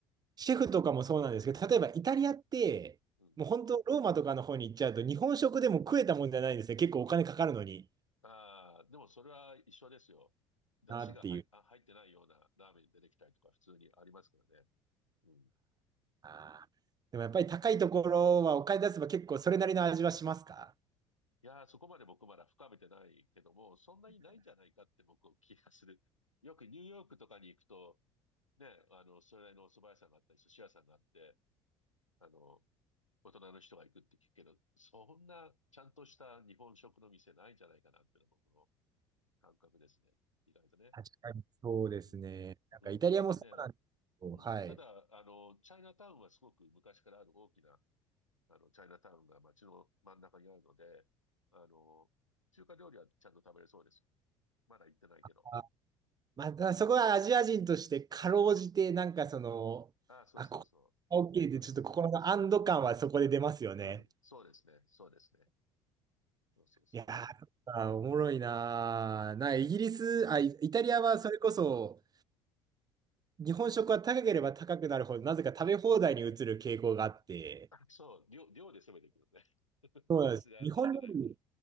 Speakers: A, on the right (about 25°); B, on the left (about 85°).
A: シェフとかもそうなんですけど、例えばイタリアって、
B: うん。
A: もう本当、ローマとかの方に行っちゃうと、日本食でも食えたもんじゃないんですね。結構お金かかるのに
B: ああ、でもそれは一緒ですよ。出汁が入、
A: なっていう。
B: あ、入ってないようなラーメン出てきたりとか普通にありますからね。うん。
A: あーでもやっぱり高いところはお金出せば結構それなりの味はしますか
B: いやー、そこまで僕まだ深めてないけども、そんなにないんじゃないかって僕は気がする。よくニューヨークとかに行くと、ね、あの、それなりのお蕎麦屋さんがあったり、寿司屋さんがあって、あの、大人の人が行くって聞くけど、そんなちゃんとした日本食の店ないんじゃないかなっていうのは僕の感覚ですね。意外とね。
A: 確かにそうですね。
B: うん。
A: なんかイタリアもそうなんですけど、
B: うん。ただね、うん。
A: はい。
B: ただ、あの、チャイナタウンはすごく昔からある大きな、あの、チャイナタウンが街の真ん中にあるので、あの、中華料理はちゃんと食べれそうですよ。まだ行ってないけど。
A: あ、またそこはアジア人としてかろうじて、なんかその、
B: ああ、そうそうそ
A: あ、ここ OK
B: う。
A: で、
B: うん。
A: ちょっと心の安堵感はそこで出ますよね。
B: うん。そうですね。そうですね。そうそうそ
A: いやー、あーおもろいなー。な、イギリス、あ、イイタリアはそれこそ、
B: う。うん。
A: 日本食は高ければ高くなるほど、なぜか食べ放題に移る傾向があって、
B: あそう、量、量で攻めていくのね。<laughs>
A: そうなんです。
B: 質が上がらないから。
A: 日本料理、